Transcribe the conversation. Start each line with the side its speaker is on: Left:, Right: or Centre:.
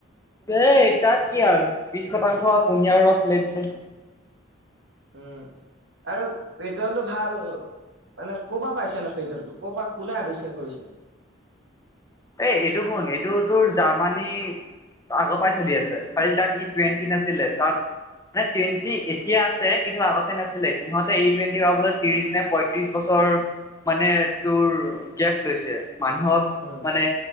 Left: এ তাত কি আৰু বিশ শতাংশ কুঁহিয়াৰ ৰস ওলাই দিছে।
Right: উম আৰু পেট্ৰলটো ভাল। মানে কঁপা পাইছে নো পেট্ৰলতো, কঁপা কোনে আৱিষ্কাৰ কৰিছে?
Left: এই এইটো কোন এইটো তোৰ জাৰ্মানী আগৰ পাই চলি আছে কালি তাত ই টুৱেণ্টি আছিলে, তাত মানে টুৱেণ্টি এতিয়া আছে কিন্তু আগতে নাছিলে সিহঁতে ই টুৱেন্টি হোৱাৰ ফলত ত্ৰিছ নে প্ৰত্ৰিছ বছৰ মানে তোৰ গেফ লৈছে, মানুহক
Right: উম
Left: নে